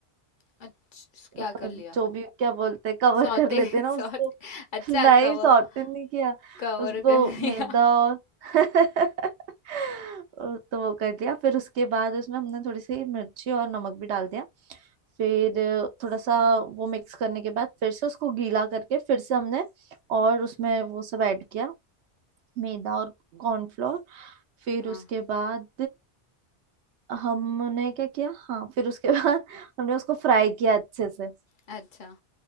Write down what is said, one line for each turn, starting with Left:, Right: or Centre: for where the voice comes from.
Left: अच्छा क्या
Right: अ,
Left: कर लिया
Right: जो भी क्या बोलते हैं कवर
Left: Saute
Right: कर लेते हैं
Left: <laughs>
Right: ना उसको
Left: saute अच्छा
Right: <laughs> नहीं
Left: कवर
Right: सॉर्टेड नहीं किया
Left: कवर
Right: उसको
Left: कर लिया
Right: मैदा और <laughs> और तो वो कर दिया फिर उसके बाद उसमें हमने थोड़ी सी मिर्ची और नमक भी डाल दिया फिर अ, थोड़ा सा वो मिक्स करने के बाद फिर से उसको गीला करके फिर से हमने और उसमें वो सब ऐड किया मैदा और कॉर्नफ्लोर फिर
Left: हाँ
Right: उसके बाद हमने क्या किया हाँ फिर उसके <laughs> बाद हमने उसको फ्राई किया अच्छे से
Left: अच्छा